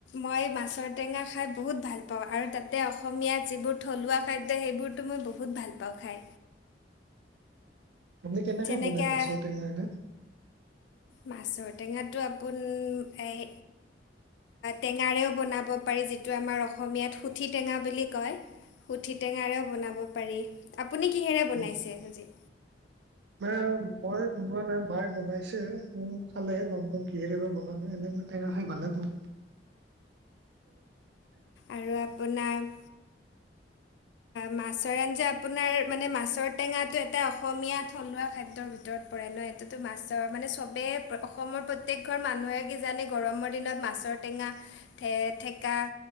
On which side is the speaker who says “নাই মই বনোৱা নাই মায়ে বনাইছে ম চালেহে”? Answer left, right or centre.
Right